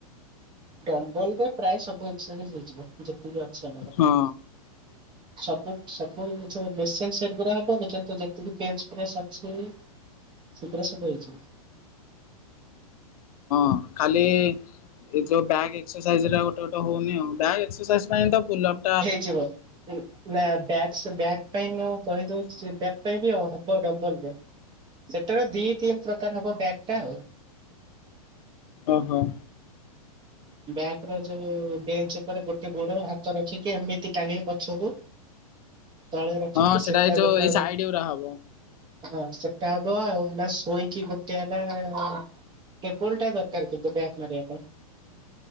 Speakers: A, on the right; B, on the left.
A: ଡବଲ୍ ରେ ପ୍ରାୟ <unintelligible> ହେଇଯିବେ। ଯେତିକି- ଛମାର।
B: ହଁ
A: ସବୁ ସବୁ ମେସିନ୍ ସେଟ୍ ଗୁରା ହବନି। କିନ୍ତୁ ଯେତିକି ପେନ୍ସ ଫେନ୍ ସି ଅଛି। ଛିତ୍ରା ସଫା ହେଇଚି।
B: ହଁ କାଲି ଏ ଯୋଉ ବ୍ୟାଗ୍ ଏକ୍ସରସାଇଜ ହେଲା ଗୋଟେ ଗୋଟ ହଉନି ଆଉ। ବ୍ବ୍ୟାଗ୍ ଏକ୍ସରସାଇଜ କଣ ତ ପୁଲନ୍-
A: ହେଇଯିବ ହୁ। ନାଁ ବ୍ୟାକ୍ସ ବ୍ୟାକ୍ ପାଇଁ ମୁଁ କହିଦଉଛି ବ୍ୟାକ୍ ପାଇଁ ବି ଆଉ ହବ ଡମ୍ବଲରେ। ଯେତେବେଳେ ଦି ତିନ୍ ପ୍ରକାର ହବ ବ୍ୟାକ୍ ଟା ଆଉ।
B: ଅ ହଁ।
A: ବ୍ୟାକ୍ ର ଯୋଉ ବେଞ୍ଚ୍ ଉପରେ ଗୋଟେ ଗୋଡ ହାତ ରଖିକି ଏମିତି ଟାଣିକି ପଛକୁ- ତଳେ ରଖିକି
B: ହଁ
A: ସେଟା
B: ଏଇ ଯୋଉ
A: ଗୋଟେ
B: ଏଇ
A: ହବ-
B: ସାଇଡ ଗୁରା ହବ
A: ହଁ ସେଟା ହବ। ଆଉ ହେଲା ଶୋଇକି ଗୋଟେ ହେଲା ଟେବୁଲଟା ଦରକାର କିନ୍ତୁ ଵ୍ୟାକ୍ ମାରିବା ପାଇଁ।